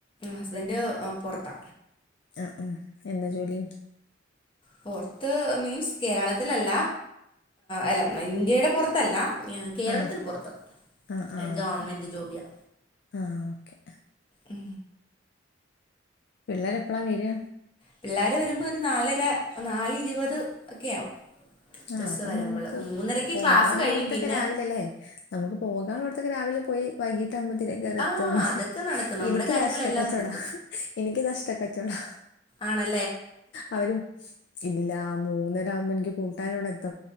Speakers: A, on the left; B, on the left.
A: ഹസ്ബന്റ് പൊറത്താ
B: അ അ എന്താ ജോലി
A: പുറത്ത് മീൻസ് കേരളത്തിലല്ല അല്ല ഇന്ത്യയുടെ പുറത്തല്ല കേരളത്തിന്
B: ആ
A: പുറത്ത്
B: ആ ആ
A: ഗവൺമെന്റ്
B: ഓക്കെ ഓക്കെ
A: ജോബിയാ
B: ആ ഓക്കെ
A: ഉ
B: പിള്ളരെപ്പളാ വരിക
A: പിള്ളേര് വരുമ്പോ ഒരു നാലര നാലെ ഇരുപത് ഒക്കെ ആവും
B: ആ
A: ബസ്സ്
B: അപ്പൊ
A: വരുമ്പള്
B: നമുക്ക്
A: മൂന്നരക്ക്
B: പോകാനുള്ളോട്ത്തൊക്കെ
A: ക്ലാസ് കഴിയും പിന്നെ
B: രാവിലെ ലേ നമുക്ക് പോകാനുള്ളോട്ത്തൊക്കെ രാവിലെ പോയി വൈകി ട്ടാവുമ്പോത്തിനേക്കാര
A: ആ
B: എത്തൊള്ളൂ.
A: അതൊക്കെ നടക്കും നമ്മുടെ
B: എനിക്ക്
A: കാര്യങ്ങളെല്ലാം
B: നഷ്ട കച്ചോടാ
A: നടക്കും
B: എനിക്ക് നഷ്ട കച്ചോടാ.
A: ആണെ
B: അവരും ഇല്ല. മൂന്നര ആവകുമ്പോ എനിക്ക് കൂട്ടാനോവിടെ